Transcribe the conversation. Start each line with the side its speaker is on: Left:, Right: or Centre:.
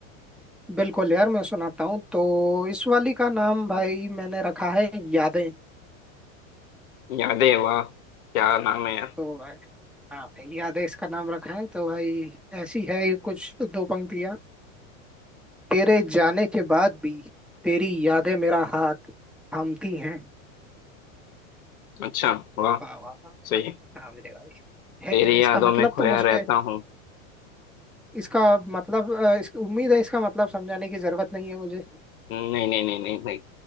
Centre: बिल्कुल यार मैं सुनाता हूँ तो इस वाली का नाम भाई मैंने रखा है यादें
Left: यादें वाह क्या नाम है यार
Centre: तो भाई हाँ भाई यादें इसका नाम रखा है तो भाई ऐसी है ये कुछ दो पंक्तियाँ तेरे जाने के बाद भी तेरी यादें मेरा हाथ थामती हैं
Left: अच्छा वाह
Centre: वाह वाह वाह,
Left: सही है
Centre: हाँ मेरे भाई है
Left: तेरी
Centre: कि नहीं इसका
Left: यादों
Centre: मतलब
Left: में खोया
Centre: तो मुझे
Left: रहता हूँ
Centre: इसका मतलब अ, इस, उम्मीद है इसका मतलब समझाने की जरूरत नहीं है मुझे
Left: नहीं नहीं नहीं नहीं नहीं